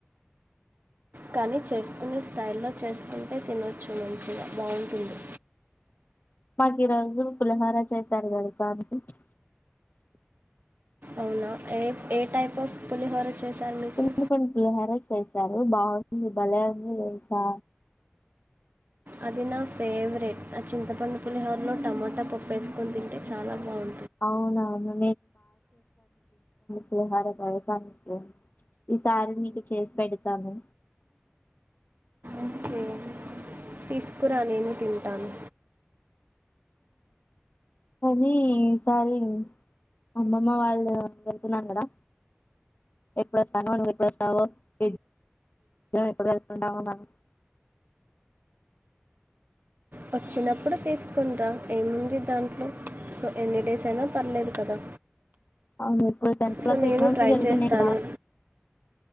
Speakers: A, on the right; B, on the left.
A: కానీ చేసుకునే స్టైల్లో చేసుకుంటే తినొచ్చు మంచిగా బావుంటుంది
B: మాకు ఈ రోజు పులిహోర చేశారు <unintelligible>
A: అవునా ఏ ఏ టైప్ ఆఫ్ పులిహోర చేశాను నీకు
B: చింత పండు పులిహోర చేసారు బాం ది భలే వుంది దెలుసా
A: అది నా ఫేవరెట్ ఆ చింతపండు పులిహోరలో టమోటా పప్పు వేసుకొని తింటే చాలా బాం
B: అవునవును పులిహార తెలుసా నీకు ఈసారి నీకు చేస్ పెడతాను
A: ఓకే తీసుకురా నేను తిం టాను
B: కానీ సారి అమ్మమ్మ వాళ్ళు <inaudible> వెళ్తున్నాను కదా ఎప్పుడొస్తానో నువ్వు ఎప్పుడొస్తావో ఇద్దరం ఎప్పుడు కలుసుకుంటామొ మనం
A: వచ్చినప్పుడు తీసుకుని రా ఏముంది దానికి సో ఎన్ని డేస్ అయినా పర్లేదు కదా
B: అవును ఇప్పుడు టెన్త్ క్లాస్
A: సో నేను
B: ఎగ్జామ్స్
A: ట్రై
B: జరుగుతున్నాయి
A: చేస్తాను
B: కదా